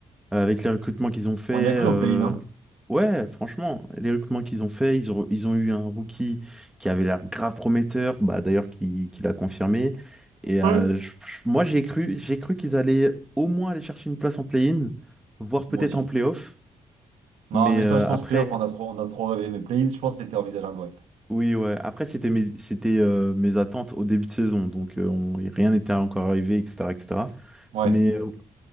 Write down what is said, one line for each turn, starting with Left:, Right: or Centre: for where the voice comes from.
Centre: Euh, avec les recrutements qu'ils ont fait, euh,
Right: on y a cru au play-in, hein.
Centre: ouais, franchement, les recrutements qu'ils ont fait, ils ont, ils ont eu un rookie qui avait l'air grave prometteur, bah, d'ailleurs, qui, qui l'a confirmé. Et
Right: Ouais.
Centre: euh, je- je- moi, j'ai cru, j'ai cru qu'ils allaient au moins aller chercher une place en play-in, voire
Right: Moi
Centre: peut-être
Right: aussi.
Centre: en play-off.
Right: Non,
Centre: Mais
Right: mais
Centre: euh,
Right: ça, je pense,
Centre: après,
Right: playoff, on a trop, on a trop rêvé. Mais play-in, je pense que c'était envisageable, ouais.
Centre: oui, ouais, après, c'était mes, c'était, euh, mes attentes au début de saison, donc euh, on- rien n'était encore arrivé, etc., etc.
Right: Ouais.
Centre: Mais euh,